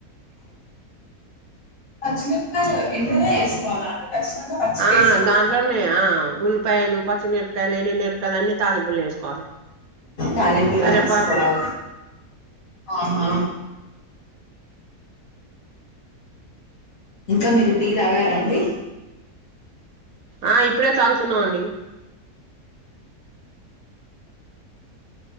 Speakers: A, on the left; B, on the right.
A: పచ్చిమిరపకాయలు ఎందులో వేసుకోవాలా ఖచ్చితంగా పచ్చివి
B: ఆ
A: వేసుకోకూడదా
B: దాంట్లోనే ఆ ఉల్లిపాయలు పచ్చిమిరపకాయలు ఎండుమిరపకాయలు అన్ని తాలింపులో వేసుకోవాలి
A: తాలింపులోనే
B: కరేపాకు
A: వేసుకోవాలి ఆహా ఇంకా మీరు టీ తాగారా అండి
B: ఆ ఇప్పుడే తాగుతున్నాం అండి